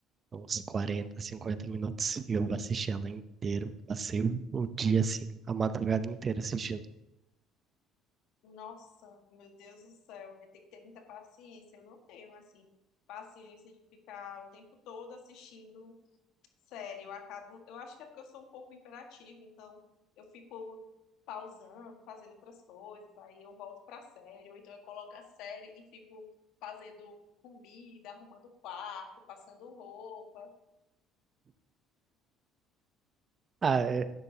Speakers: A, on the right; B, on the left.
A: Uns 40, 50 minutos. E eu assisti ela inteira. Passei o o dia, assim, a madrugada inteira assistindo.
B: Nossa, meu Deus do céu, eu tenho que ter muita paciência. Eu não tenho assim paciência de ficar o tempo todo assistindo série. Eu acabo, eu acho que é porque eu sou um pouco imperativa, então eu fico pausando, fazendo outras coisas, aí eu volto pra série, ou então eu coloco a série e fico fazendo comida, arrumando quarto, passando roupa.
A: Ah, é,